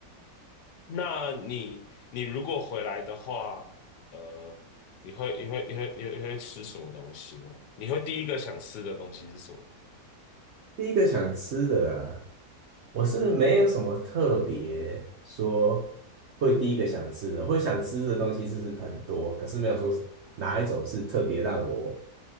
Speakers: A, on the left (about 75°); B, on the right (about 75°).
A: 那你你如果回来的话，呃，你会你会你会你会你会吃什么东西吗？你会第一个想吃的东西是什么？
B: 第一个想吃的啊，我是没有什么特别说会第一个想吃的，会想吃的东西是很多，可是没有说哪一种是特别让我